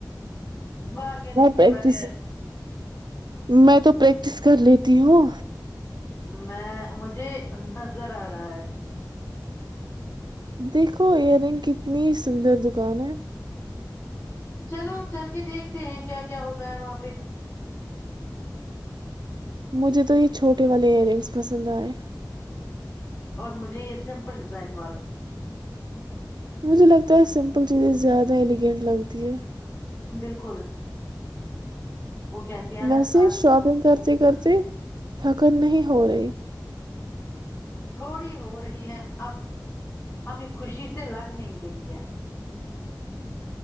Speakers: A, on the left; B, on the right.
A: بارگیننگ کے
B: پریکٹس
A: بغیر
B: میں تو پریک پٹس کر لیتی ہو
A: میں مجھے نظر آ رہا ہے
B: دیکھو ایئر رنگ کتنی سندر دکان ہے
A: چلو چل کے دیکھتے ہیں کیا کیا ہوتا ہے وہاں پہ
B: مجھے تو یہ چھوٹے والے ائیر رنگز پسند آئے
A: اور مجھے یہ سمپل ڈیزائن والے
B: مجھے لگتا ہے سمپل چیزیں زیادہ ایلیگینٹ لگتی ہیں
A: بالکل وہ کہتی ہے نا
B: ویسے
A: سادگی
B: شاپنگ
A: بہت
B: کرتے
A: خوبصورت
B: کرتے تھکن نہیں ہو رہے
A: تھوڑی ہو رہی ہے اب ہمیں خوشی سے لگ نہیں رہی ہے